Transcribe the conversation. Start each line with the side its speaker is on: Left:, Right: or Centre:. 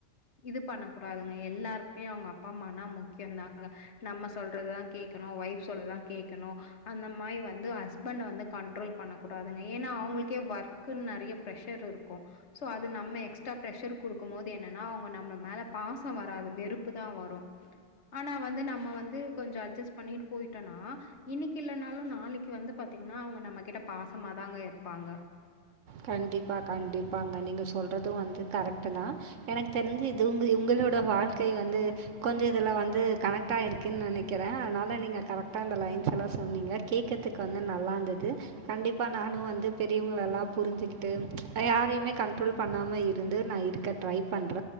Left: இது பண்ண கூடாதுங்க எல்லாருக்குமே அவங்க அப்பா அம்மானா முக்கிய தாங்க நம்ம சொல்றதுதா கேக்கணு ஒய்ஃப் சொல்றதா கேக்கணு அந்த மாரி வந்து ஹஸ்பண்ட வந்து கண்ட்ரோல் பண்ண கூடாதுங்க ஏன்னா அவங்களுக்கே ஒர்க்குன் நெறைய பிரஷர் இரு க்கு சோ அது நம்ம எக்ஸ்ட்டா பிர்ஷர் குடுக்கும் போது என்னன்னா அவங்க நம்ம மேல பாச வராது வெறுப்பு தா வரு ஆனா வந்து நம்ம வந்து கொஞ்சொ அட்ஜஸ் பண்ணிட்டு போய்ட்டோனா இன்னிக்கு இல்லனாலு நாளிக்கு வந்து பாத்தீங்கன்னா அவங்க நம்ம கிட்ட பாசமாதாங்க இருப்பாங்க
Right: கண்டிப்பா கண்டிப்பாங்க நீங்க சொல்றது வந்து கரெக்ட்டு தா எனக்கு தெரிஞ்சு இது உங்கு உங்களோட வாழ்க்கை வந்து கொஞ்ச இதுல வந்து கனெக்ட் ஆயிருக்குன் நெனக்கிறே அதனால நீங்க கரெக்டா அந்த லைன்ஸ் எல்லா சொன்னீங்க கேக்கத்துக்கு வந்து நல்லா இந்தது கண்டிப்பா நானு வந்து பெரியவங்கள எல்லா புரிஞ்சிக்கிட்டு யாரையுமே கண்ட்ரோல் பண்ணாம இருந்து நா இருக்க ட்ரை பண்ற